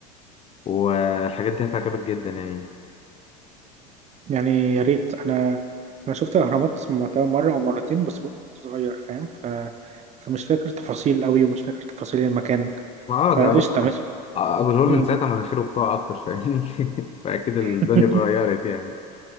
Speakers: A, on the left; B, on the right.
A: والحاجات دي هتعجبك جدا يعني
B: يعني يا ريت انا انا شفت الاهرامات وقتها مره او مرتين بس برضه كنت صغير فاهم ف... فمش فاكر تفاصيل قوي ومش فاكر تفاصيل المكان
A: ما اه
B: فقشطه
A: ده ابو
B: ماشي
A: ابو الهول
B: مم.
A: من ساعتها مناخيره بتقع اكتر فاهمني <laughs> فاكيد الدنيا
B: <laughs>
A: اتغيرت يعني